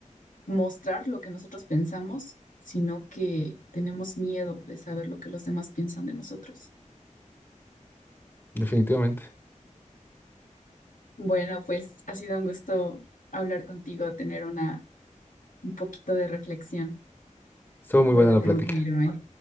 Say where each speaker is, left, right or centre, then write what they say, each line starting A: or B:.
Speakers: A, on the left; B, on the left.
A: mostrar lo que nosotros pensamos, sino que tenemos miedo de saber lo que los demás piensan de nosotros.
B: Definitivamente.
A: Bueno, pues ha sido un gusto hablar contigo, tener una un poquito de reflexión,
B: Estuvo
A: pero
B: muy buena
A: ya
B: la
A: tengo
B: plática.
A: que irme.